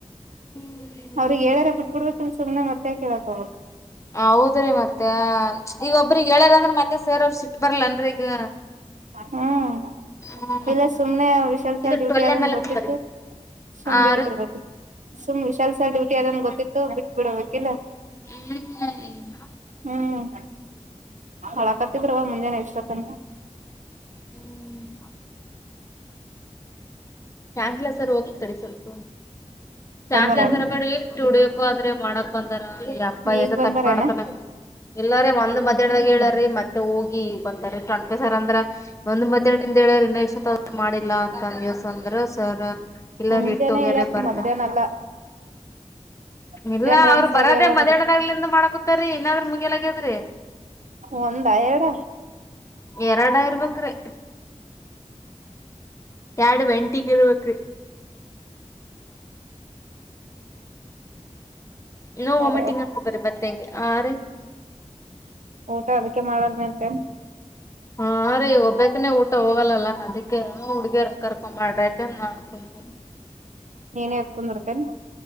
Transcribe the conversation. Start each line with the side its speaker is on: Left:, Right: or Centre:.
Left: ಹ್ಮ್
Right: ಅವ್ರಿಗೆ ಹೇಳಾರ ಬಿಟ್ಬಿಡ್ಬೇಕ. ಸುಮ್ನೆ ಮತ್ತ ಯಾಕ್ ಕೇಳಕ್ ಹೋಗಬೇಕು.
Left: ಹೌದ್ರೀ ಮತ್ತೆ ಈಗ ಒಬ್ರಿಗ್ ಹೇಳ್ಯಾರಂದ್ರ ಮತ್ತೆ ಸೇರ ಅವರು ಸಿಟ್ ಬರ್ಲನೆನ್ರಿ ಈಗ.
Right: ಹ್ಮ್
Left: ಹ್ಮ್
Right: ಇಲ್ಲ ಸುಮನೆ ವಿಶಾಲ್ ಸರ್
Left: ಇದು
Right: ಡ್ಯೂಟಿ
Left: ಟ್ವೆಲ್
Right: ಆದಂತ
Left: ಎಮ್ ಎಲ್ ಅಂತ
Right: ಗೊತ್ತಿತ್ತು.
Left: ಬರಿ
Right: ಸುಮ್
Left: ಆರು
Right: ಬಿಟ್ಟು ಬಿಡ್ಬೇಕ ಇತು ಸುಮ್ ವಿಶಾಲ್ ಸರ್ ಡ್ಯಟಿ ಆದಂತ ಗೊತ್ತಿತ್ತು ಬಿಟ್ಟ ಬಿಡ್ಬೇಕಿಲ್ಲ.
Left: <inaudible>
Right: ಹ್ಮ್ ಅಳಕತಿದ್ರುಅವ್ವಾ ಮುಂಜಾನೆ ಇಷ್ಟೋತ್ತನ
Left: <inaudible> ಶಾಂತ್ಲ ಸರ್ ಹೋಗ್ಲಿ ಕಡೆ ಸ್ವಲ್ಪ ಶ್ಯಾಂತ್ಲ
Right: ಬಂದಾರೇನ್
Left: ಸರ ಕಡೆ. ಸ್ಟುಡಿಯೋಕ್ಕೂ ಆದ್ರೆ ಮಾಡಕ್ ಬಂದಾರ ಯಪ್ಪಾ
Right: ಈಗ್
Left: ಯಾದಕ್
Right: ಬಂದಾರೇನ
Left: ತಪ್ಪು ಮಾಡನಾ. ಎಲ್ಲಾರ ಒಂದ್ ಮಧ್ಯಾಹ್ದಾಗ ಹೇಳ್ರೀ ಮತ್ತೆ ಹೋಗಿ ಬಂದಾರಿ ಟಂಪಸರ್ ಅಂದ್ರ. ಬಂದು ಮದ್ಯಾಹಾದ್ನ ಹೇಳ ಇನ್ನ ಎಷ್ಟ ಮಾಡಿಲ್ಲ ಅಂತ. ಅಂದ್ರ ಸರ್ ಇಲ್ಲಾರಿ
Right: ಮುಂಜಾನೆ
Left: ಇಟ್ಟೋಗ್ಯಾರ
Right: ಹೇಳ್ಯಾರ
Left: ಬರ್ತರೆ.
Right: ಮಧ್ಯಾಹ್ನ ಅಲ್ಲ ಮುಂಜಾನ್
Left: ಇಲ್ಲ
Right: ರೌಂಡ್ಸ್ನಾಗ
Left: ಅವ್ರು ಬರೋದೇ
Right: ಹೇಳ್ಯಾರ
Left: ಮಧ್ಯಾಹ್ದಾಗ್ಲಿಂದ್
Right: ಅವ್ರಿಗೆ.
Left: ಮಾಡಕ. ಇನ್ನಾದ್ರ್ ಮುಗಿಯಲಾಗ್ಯದ್ರಿ.
Right: ಒಂದ ಎರಡ.
Left: ಎರಡ ಇರ್ಬೇಕ್ರೀ. ಎರಡು. <unintelligible> ಇರಬೇಕ್ರಿ. ನೋ
Right: ನಡ್ಯವ
Left: ವಾಮಿಟಿಂಗ್ ಅಂತ ಬತ್ತ ಇಂಗೆ ಹಾರೀ.
Right: ಊಟ ಅದಕ್ಕೆ ಮಾಡಾರದನೀಂತನ.
Left: ಹಾ ರೀ ಒಬ್ಬಕನೇ ಊಟ ಹೋಗಲ್ಲಲ್ಲ ಅದಿಕ್ಕೇ. <unintelligible>
Right: ನೀನೇ ಹೋಗಿಕುಂದುರರ್ತೆನು.